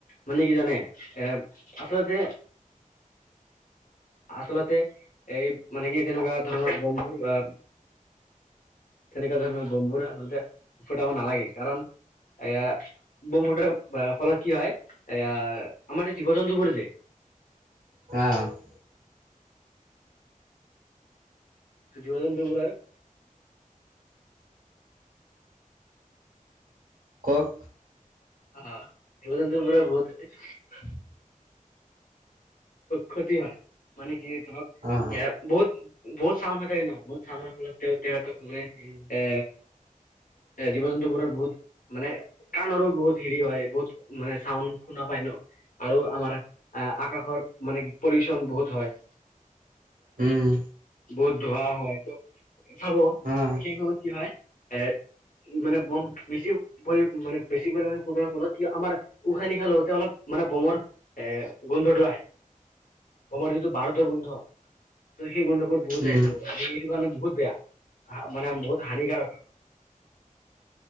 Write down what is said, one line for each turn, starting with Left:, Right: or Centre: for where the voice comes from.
Left: মানে কি জানে এ, আচলতে আচলতে এই মানে কি তেনেকুৱা ধৰণৰ বম্ববোৰ বা। তেনেকুৱা ধৰণৰ বম্ববোৰ আচলতে ফুটাব নালাগে কাৰণ এয়া বম্ব ফুটাৰ ফলত কি হয় এয়া আমাৰ যে জীৱ জন্তু বোৰ যে
Right: <unintelligible>
Left: জীৱ জন্তবোৰৰ।
Right: কওক
Left: অ' জীৱ জন্তবোৰৰ বহুত ক্ষতি হয় মানে কি ধৰক
Right: অ'।
Left: এ বহুত। বহুত চাউণ্ড হৈ থাকে ন বহুত চাউণ্ড ফলত তেহ তেহতৰ মানে
Right: উম,
Left: এ জীৱ জন্তু বোৰৰ বহুত মানে কাণৰো বহুত হেৰি হয় বহুত মানে চাউণ্ড শুনা পায় ন আৰু আমাৰ আহ আকাশৰ মানে কি পলিউচন বহুত হয় এ।
Right: উম,
Left: বহুত ধুৱা হয় ত চাব
Right: অ',
Left: সেই সময়ত কি হয় এ মানে বম্ব বেছিও। পৰি মানে বেছি পৰিমাণে ফুটোৱাৰ ফলত কি আমাৰ উশাহ নিশাহ লওঁতে অলপ মানে বমৰ এ গোন্ধটো আহে বমৰ যিটো বাৰুদৰ গোন্ধ ত সেই গোন্ধবোৰ বহুত
Right: উম,
Left: আহ চাব এইটো মানে বহুত বেয়া মানে বহুত হানিকাৰক হয়।